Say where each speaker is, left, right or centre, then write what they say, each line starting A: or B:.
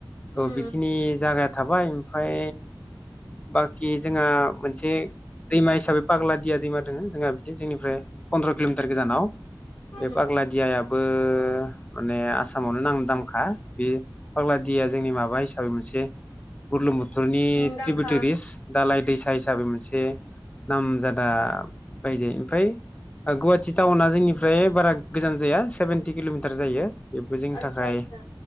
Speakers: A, on the left; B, on the left.
A: उम
B: औ बेखिनि जागाया थाबाय ओमफ्राय बाखि जोंहा मोनसे दैमा हिसाबै पाग्लादिया दैमा दङ जोंहा बिदिनो जोंनिफ्राय पन्द्र किमिटार गोजानाव
A: उम
B: बे फाग्ला दियाया बो माने आसामावनो नाम दांमखा उम फाग्ला दिया जोंनि माबा साबि मोनसे बुर्लुंबुथुर थुरनि
A: मुंदांखा
B: त्रिबेटेरिएस दालाय दैसा हिसाबै मोनसे नामजादा बायजायो ओमफ्राय गुवाहाटि टाउना जोंनिफ्राय बारा गोजान जाया सेभेेनटि किलमिटार जायो बेबो जोंनि
A: आदसा
B: थाखाय
A: आदसा